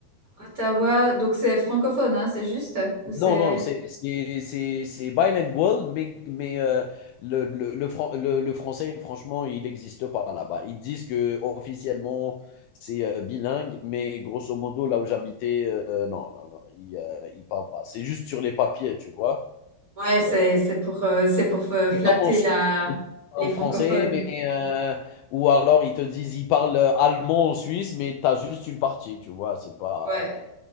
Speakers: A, on the right; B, on the left.
A: Ottawa, donc c'est francophone, hein, c'est juste? Ou c'est...
B: Non, non, c'est c'est- c'est- c'est bilingual, mais, mais euh, le, le, le, fran- le- le français, franchement, il n'existe pas là-bas. Ils disent que officiellement c'est euh, bilingue, mais grosso modo, là où j'habitais, euh, non, non, non, ils ne parlent pas. C'est juste sur les papiers, tu vois.
A: Ouais, c'est
B: Euh,
A: c'est pour euh, c'est pour euh,
B: c'est
A: flatter
B: comme en Suisse,
A: la
B: ils te disent qu'ils parlent
A: les francophones.
B: français, mais, euh, ou alors ils te disent ils parlent euh, allemand en Suisse, mais tu as juste une partie, tu vois. C'est pas.
A: Ouais,